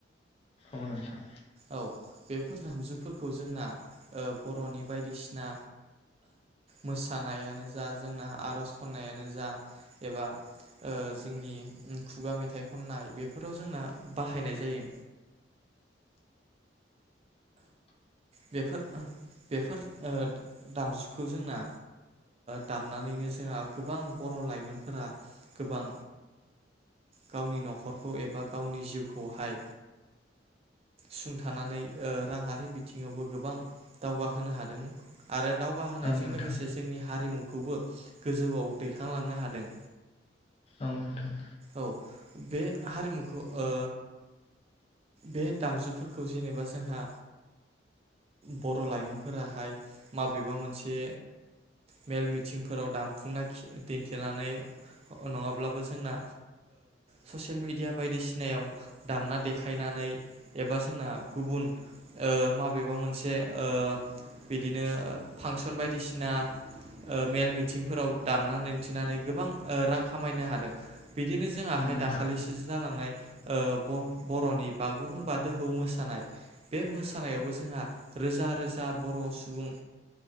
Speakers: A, on the left; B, on the right.
A: औ नोंथां।
B: औ बेफोर दामजुफोरखौ जोंना बर'नि बायदिसिना मोसानायानो जा जोंना आर'ज खन्नायानो जा एबा जोंनि खुगा मेथाइ खननाय बेफोराव जोंना बाहायनाय जायो। बेफोर बेफोर ओ दामजुखौ जोंना दामनानैनो जोंहा गोबां बर' लाइमोनफोरा गोबां गावनि न'खरखौ एबा गावनि जिउखौहाय सुं थानानै ओ राङारि बिथिङावबो गोबां दावगा होनो हादों आरो दावगाहोनायजों
A: औ नोंथां
B: लोगोसे जोंनि हारिमु खौबो गोजौवाव दैखांलांनो हादों।
A: औ नोंथां।
B: औ बे हारिमुखौ ओ बे दामजुफोर खौ जेनेबा जोंहा बर' लाइमोनफोराहाय माबेबा मोनसे मेल मिथिंफोराव दामफुंना दिन्थिनानै नङाब्लाबो जोंना ससियेल मेडिया बायदिसिनायाव दामना देखायनानै एबा आ जोंना गुबुन ओ माबेबा मोनसे ओ बिदिनो फांसन बायदिसिना ओ मेल मिथिंफोराव दामनानै दिन्थिनानै गोबां रां खामायनो हादों। बिदिनो जोंहाहाय
A: औ नोंथां
B: दाखालिसो जालांनाय ओ बर'नि बागुरुम्बा दोहौ मोसानाय बे मोसानायावबो जोंहा रोजा रोजा बर' सुबुं